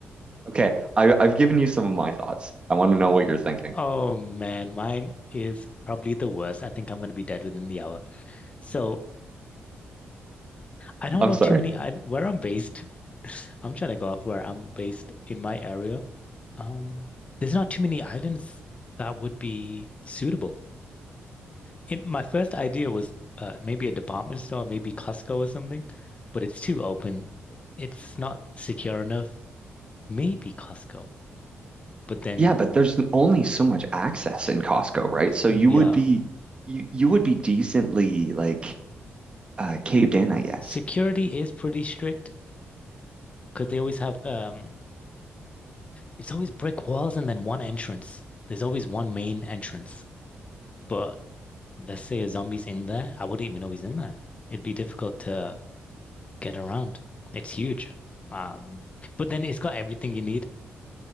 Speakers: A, on the right; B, on the left.
A: Okay, I, I've given you some of my thoughts. I want to know what you're thinking.
B: Oh man, mine is probably the worst. I think I'm gonna be dead within the hour. So I don't
A: I'm
B: know
A: sorry.
B: too many I where I'm based. <laughs> I'm trying to go off where I'm based in my area. Um, there's not too many islands that would be suitable. In my first idea was uh, maybe a department store, maybe Costco or something, but it's too open. It- It's not secure enough. Maybe Costco, but then
A: Yeah, but there's only so much access in Costco, right? So
B: mm,
A: you
B: yeah,
A: would be you you would be decently like uh, caved in, I guess.
B: security is pretty strict because they always have um, it's always brick walls and then one entrance. There's always one main entrance, but Let's say a zombie's in there. I wouldn't even know he's in there. It'd be difficult to get around. It's huge. Um, but then it's got everything you need,